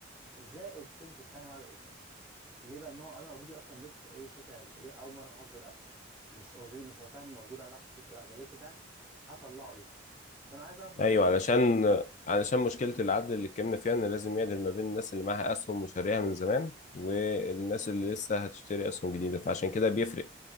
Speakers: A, in the centre; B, on the left.
A: زائد قيمة السهم بعد الإصدار. ليه بقى؟ إن هو أنا أوريدي أصلا لسه إيه شركة ليه أول مرة هصدر أسهم. مش أوريدي مش هو سهم موجود على تكلفته لا ده لسه سهم هطلعه لسه. فأنا عايز أعرف مثلا
B: ايوه علشان
A: بش...
B: علشان
A: م-
B: مشكله العدل اللي اتكلمنا فيها ان لازم يعدل ما بين الناس اللي معاها اسهم وشاريها من زمان والناس اللي لسه هتشتري اسهم جديده فعشان كده بيفرق